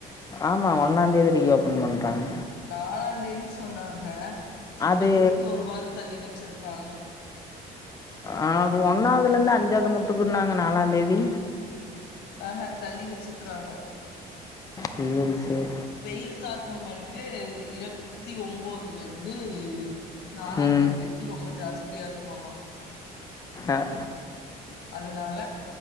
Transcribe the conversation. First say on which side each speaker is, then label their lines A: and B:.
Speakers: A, on the left (about 20°); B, on the left (about 75°).
A: ஆமா ஒன்னாந் தேதி ரீ ஓப்பன் பண்றாங்க
B: நாலாந் தேதி சொன்னாங்க இப்ப
A: அது
B: திருப்பி ஒரு வார தள்ளி வச்சிருக் காங்க
A: ஆஹ் அது ஒன்னாவ்துல இருந்து அஞ்சாவ்து மட்டுக்குன்னாங்க நாலாந் தேதி
B: ஆஹ்ஹ தள்ளி வச்சிருக்றாங்க
A: சேரி சேரி
B: வெயில் தாக்கம் வந்ட்டு இருவத்தி ஒம்போதுல இருந்து நாலாந்
A: ம்
B: தேதி வரைக்கு ரொம்ப ஜா ஜாஸ்தியா இருக்குமாமா
A: ஆஹ்
B: அதுனால